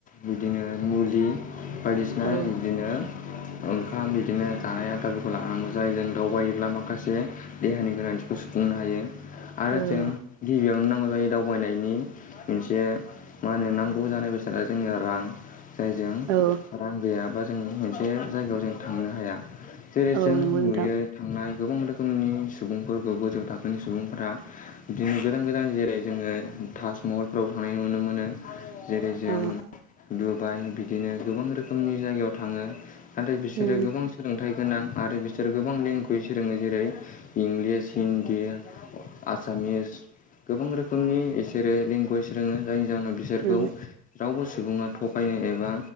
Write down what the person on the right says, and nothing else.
ओ औ
औ
औ
औ
नंगौ
नोंथां
औ
उम
उम